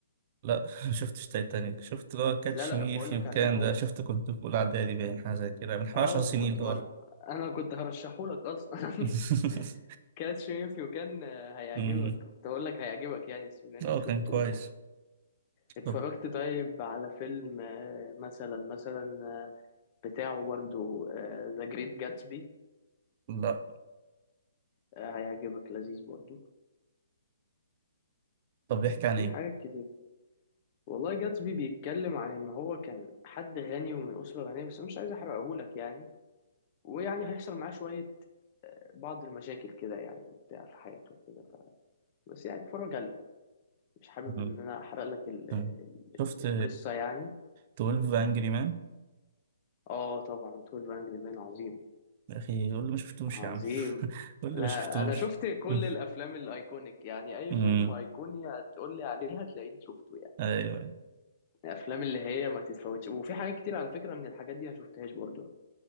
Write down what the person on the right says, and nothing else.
لا <laughs> ما شفتش تايتانيك شفت اللي هو كاتش
مي
اف
يو
كان
ده شفته كنت في اولى اعدادي باين حاجه زي كده من حوالي
10 سنين
اللي
هو
<laughs>
أمم.
اه كان
كويس
طب
لا
طب بيحكي عن
ايه
أمم.
أمم.
شفت
12 انجري مان
يا اخي قول لي ما شفتوش
يا عم <laughs> قول لي
ما شفتوش
أمم.
أمم.
ايوه